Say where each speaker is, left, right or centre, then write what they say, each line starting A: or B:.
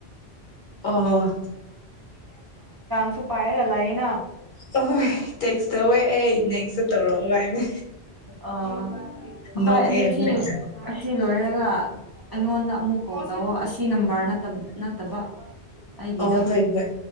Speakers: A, on the left (about 50°); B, on the right (about 30°).
A: ꯑꯣ
B: ꯁꯨ ꯄꯥꯏꯔꯒ ꯂꯩꯅꯥ
A: <unintelligible> ꯇꯦꯛꯁ ꯇꯧꯑꯦ ꯑꯩ ꯅꯪꯁꯨ ꯇꯧꯔꯛꯑꯣ ꯍꯥꯏꯕ
B: ꯑ ꯑꯩꯈꯣꯏ
A: ꯅꯣꯛꯑꯦ
B: ꯑꯅꯤꯁꯤ
A: ꯃꯣꯏ
B: ꯑꯁꯤ ꯂꯣꯏꯔꯒ ꯑꯩꯉꯣꯟꯗ ꯑꯃꯨꯛ ꯀꯣꯜ ꯇꯧꯋ ꯑꯁꯤ ꯅꯝꯕꯔ ꯅꯠꯇꯕ ꯑꯩꯒꯤꯗꯣ
A: ꯑꯣ ꯍꯣꯏ ꯍꯣꯏ